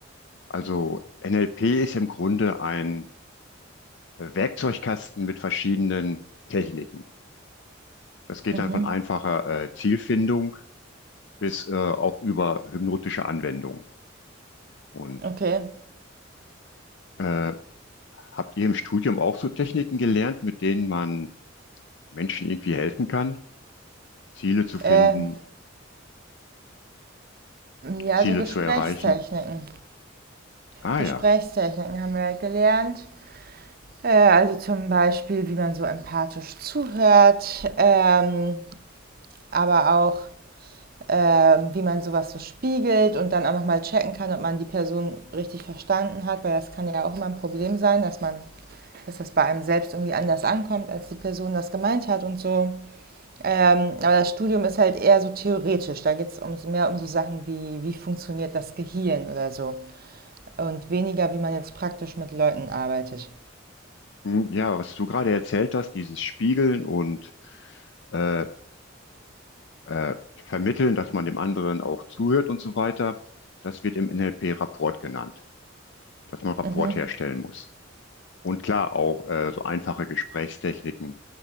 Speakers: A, on the left; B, on the right.
A: Also NLP ist im Grunde ein äh, Werkzeugkasten mit verschiedenen Techniken. Das geht
B: Mhm.
A: dann von einfacher äh, Zielfindung bis äh, auch über hypnotische Anwendung. Und
B: Okay.
A: äh, habt ihr im Studium auch so Techniken gelernt, mit denen man Menschen irgendwie helfen kann? Ziele zu finden,
B: Äh, ja,
A: Ziele
B: so Gesprächstechniken.
A: zu erreichen. Ah
B: Gesprächstechniken
A: ja,
B: haben wir halt gelernt. Äh, also zum Beispiel, wie man so empathisch zuhört, ähm, aber auch ähm, wie man sowas so spiegelt und dann auch nochmal checken kann, ob man die Person richtig verstanden hat, weil das kann ja auch immer ein Problem sein, dass man dass das bei einem selbst irgendwie anders ankommt, als die Person das gemeint hat und so. Ähm, aber das Studium ist halt eher so theoretisch. Da geht es um, so, mehr um so Sachen wie, wie funktioniert das Gehirn oder so. Und weniger, wie man jetzt praktisch mit Leuten arbeitet.
A: Hm, ja, was du gerade erzählt hast, dieses Spiegeln und äh, äh, Vermitteln, dass man dem anderen auch zuhört und so weiter, das wird im NLP Rapport genannt, dass man Rapport
B: Mhm.
A: herstellen muss. Und klar auch äh, so einfache Gesprächstechniken.